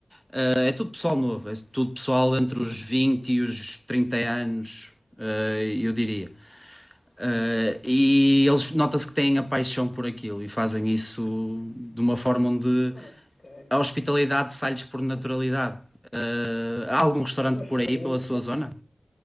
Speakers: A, in the centre; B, on the left.
A: Eh, é tudo pessoal novo, é tudo pessoal entre os 20 e os 30 anos, eh, eu diria. Eh, e eles nota-se que têm a paixão por aquilo e fazem isso de uma forma onde
B: ok.
A: a hospitalidade sai-lhes por naturalidade. Eh, há algum restaurante
B: É uma experiência.
A: por aí, pela sua zona?